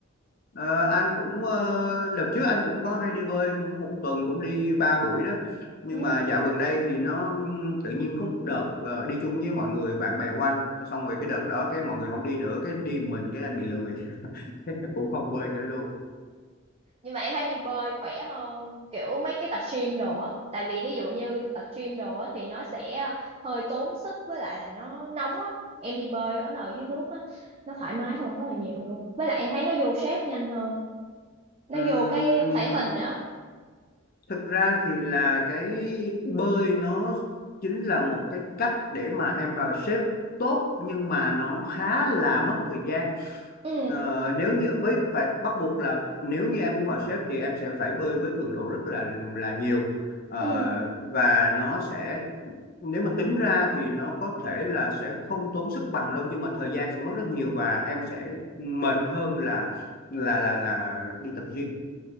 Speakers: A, on the left (about 45°); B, on the right (about 30°).
A: Ờ, anh cũng ờ, đợt trước anh cũng có hay đi bơi cũng một tuần cũng đi ba buổi đó nhưng
B: Ừ,
A: mà dạo gần đây thì nó ừm, tự nhiên có một đợt ờ, đi chung với mọi người bạn bè của anh xong rồi cái đợt đó cái mọi người không đi nữa cái đi mình cái anh bị lười <laughs> cũng không bơi nữa luôn
B: nhưng mà em thấy đi bơi khỏe hơn kiểu mấy cái tập gym đồ á. Tại vì ví dụ như tập gym đồ á thì nó sẽ ờ, hơi tốn sức với lại là nó nóng á. Em đi bơi ở ở dưới nước á, nó thoải mái hơn rất là nhiều luôn. Với lại em thấy nó vô shape nhanh hơn. nó
A: Ừm,
B: vô cái thể hình đó
A: thực ra thì là cái bơi nó chính là một cái cách để mà em vào shape tốt nhưng mà nó khá là mất thời gian
B: ừ
A: Ờ, nếu như với phải bắt buộc là nếu như em muốn vào xếp thì em sẽ phải bơi với cường độ rất là là nhiều Ờ,
B: ừ
A: và nó sẽ nếu mà tính ra thì nó có thể là sẽ không tốn sức bằng đâu nhưng mà thời gian sẽ mất rất nhiều và em sẽ mệt hơn là là là là đi tập gym